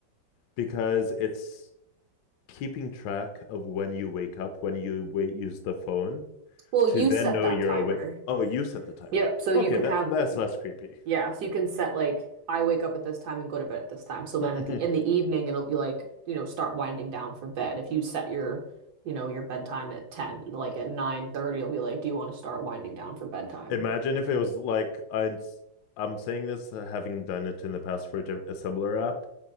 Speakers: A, on the left; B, on the right.
A: because it's keeping track of when you wake up, when you wait, use the phone
B: Well, you
A: to then
B: set
A: know
B: that
A: you're
B: timer.
A: awake. Oh, you set the timer.
B: Yep. So you
A: Okay,
B: can
A: that
B: have,
A: that's less creepy.
B: yeah, so you can set like I wake up at this time and go to bed at this time. So then
A: <laughs>
B: at the in the evening it'll be like, you know, start winding down for bed. If you set your, you know, your bedtime at 10, like at 9:30 it'll be like, do you want to start winding down for bedtime?
A: Imagine if it was like I'm I'm saying this uh, having done it in the past for a diff- assembler app,